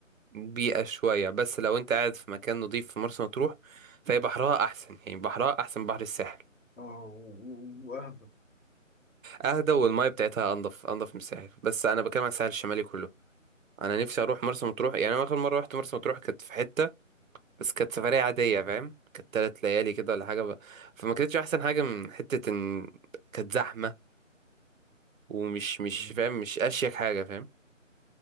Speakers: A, on the right (about 80°); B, on the left (about 70°).
A: بيئة شوية بس لو انت قاعد في مكان نظيف في مرسى مطروح فهي بحرها احسن يعني بحرها احسن من بحر الساحل
B: اه و- و- واهدى
A: اهدى والمية بتاعتها انضف انضف من الساحل بس انا بتكلم عن الساحل الشمالي كله انا نفسي اروح مرسى مطروح يعني انا اخر مرة رحت مرسى مطروح كانت في حتة بس كانت سفرية عادية فاهم كانت تلات ليالي كده ولا حاجة ب... فما كانتش احسن حاجة من حتة ان كانت زحمة ومش مش
B: مم.
A: فاهم مش اشيك حاجة فاهم